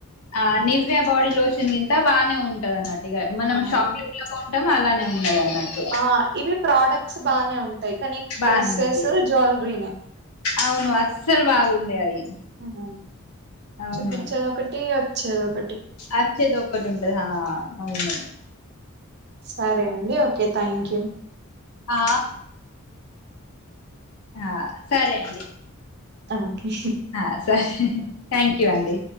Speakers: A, on the left; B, on the right.
A: ఆ నివయా బాడీ లోషన్ గింత బానే ఉంటంది అన్నట్టు ఇగ మనం
B: అవునా
A: షాపుల టం అలానే ఉన్నది అన్నట్టు
B: ఆ ఇవి ప్రోడక్ట్స్ బానే ఉంటాయి కానీ
A: బానే
B: డ్రెస్సెస్
A: ఉంటది
B: జువెలరీనే
A: అవును అస్సలు బాగుండయ్ అయి
B: మ్
A: అవును
B: చూపిచ్చేదొకటి ఓచ్చేది ఒకటి
A: అచ్చేది ఒక్కటి ఉంటది హా అవును
B: సరే అండి ఓకే థ్యాంక్ యూ
A: ఆ ఆ సరే అండి
B: ఓకే
A: ఆ స థ్యాంక్ యూ అండి